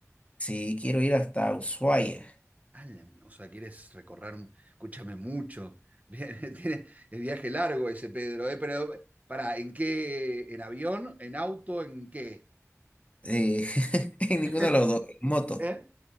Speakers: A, on the left; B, on the right.
A: Sí, quiero ir hasta Ushuaia.
B: Ah, o sea, quieres recorrer, escúchame mucho. <laughs> Tiene el viaje largo ese Pedro, ¿eh? Pero, para, ¿en qué? ¿En avión? ¿En auto? ¿En qué?
A: Eh, <laughs> en ninguno
B: <laughs>
A: de los dos. En moto.
B: ¿Eh?